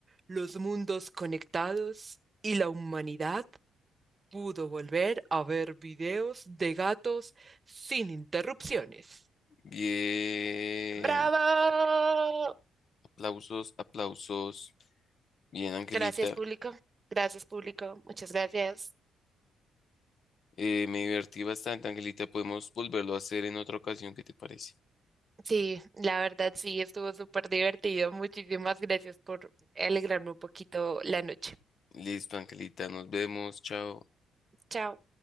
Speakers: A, on the right (about 30°); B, on the left (about 55°).
A: los mundos conectados y la humanidad pudo volver a ver videos de gatos sin interrupciones.
B: Bien.
A: ¡Bravo!
B: Aplausos, aplausos. Bien, Angelita,
A: Gracias, público. Gracias, público. Muchas gracias.
B: eh, me divertí bastante, Angelita. Podemos volverlo a hacer en otra ocasión, ¿qué te parece?
A: Sí, la verdad sí, estuvo súper divertido. Muchísimas gracias por alegrarme un poquito la noche.
B: Listo, Angelita, nos vemos, chao.
A: Chao.